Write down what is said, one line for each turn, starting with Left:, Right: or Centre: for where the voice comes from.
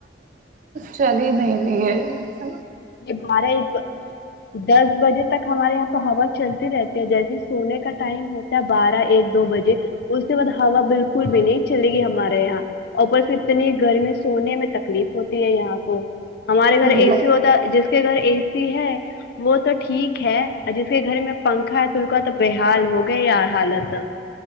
Right: چلی ہی نہیں رہی ہے س
Left: یہ بارہ ایک دس بجے تک ہمارے یہاں پہ ہوا چلتی رہتی ہے جیسے سونے کا ٹائم ہوتا ہے بارہ ایک دو بجے اس کے بعد ہوا بالکل بھی نہیں چلے گی ہمارے یہاں اوپرس اتنی گرمی سونے میں تکلیف ہوتی ہے یہاں کو ہمارے گھر اے
Right: اللہ
Left: سی ہوتا جس کے گھر اے سی ہے وہ تو ٹھیک ہے اور جس کے گھر میں پنکھا ہے تو ان کا تو بےحال ہو گیا یار حالت